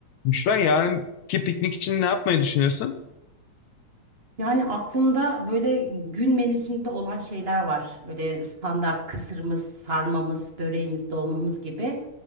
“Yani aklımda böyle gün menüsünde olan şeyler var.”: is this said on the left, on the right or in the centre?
Right